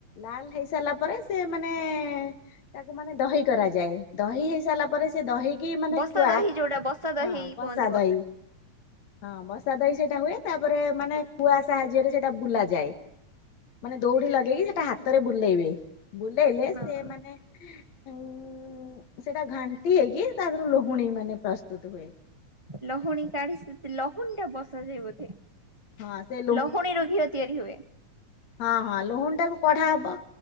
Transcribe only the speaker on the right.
ବସା
ଦହି ଯୋଉଟା ବସା ଦହି
କୁହନ୍ତି
ହଁ
ଲହୁଣୀ କାଢି ସେ ଲହୁଣୀ ଟା ବସାଯାଏ ବୋଧେ,
ଲହୁଣୀରୁ ଘିଅ ତିଆରି ହୁଏ।